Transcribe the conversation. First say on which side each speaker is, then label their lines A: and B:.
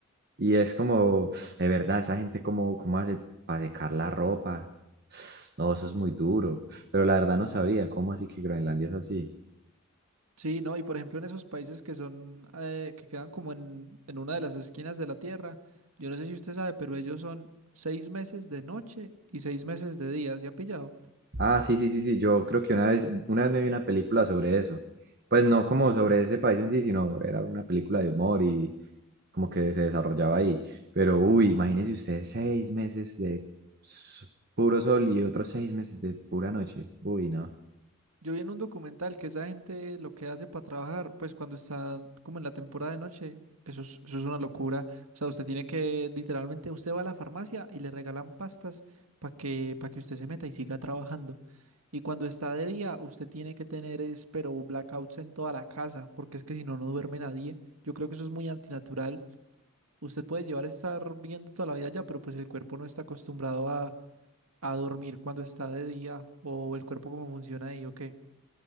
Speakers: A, on the right; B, on the right.
A: Y es como, de verdad, esa gente cómo, cómo hace para secar la ropa. No, eso es muy duro. Pero la verdad no sabía, ¿cómo así que Groenlandia es así?
B: Sí, no, y por ejemplo en esos países que son, eh, que quedan como en, en una de las esquinas de la Tierra, yo no sé si usted sabe, pero ellos son seis meses de noche y seis meses de día, ¿se ha pillado?
A: Ah, sí, sí, sí, sí, yo creo que una vez, una vez me vi una película sobre eso. Pues no como sobre ese país en sí, sino era una película de humor y como que se desarrollaba ahí. Pero, uy, imagínense ustedes seis meses de s- puro sol y otros seis meses de pura noche. Uy, no.
B: Yo vi en un documental que esa gente lo que hace para trabajar, pues cuando está como en la temporada de noche, eso es, eso es una locura. O sea, usted tiene que, literalmente, usted va a la farmacia y le regalan pastas para que, para que usted se meta y siga trabajando. Y cuando está de día, usted tiene que tener, es, pero blackouts en toda la casa, porque es que si no, no duerme nadie. Yo creo que eso es muy antinatural. Usted puede llevar a estar viendo toda la vida ya, pero pues el cuerpo no está acostumbrado a, a dormir cuando está de día, o el cuerpo cómo funciona ahí, ¿o qué?